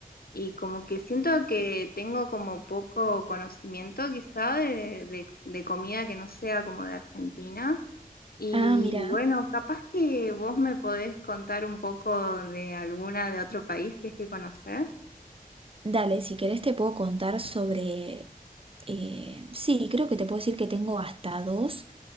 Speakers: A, on the left; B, on the right.
A: y como que siento que tengo como poco conocimiento quizá de, de, de comida que no sea como de Argentina. Y
B: Ah, mira.
A: bueno, capaz que vos me podés contar un poco de alguna de otro país si es que conocés.
B: Dale, si querés te puedo contar sobre... eh, sí, creo que te puedo decir que tengo hasta dos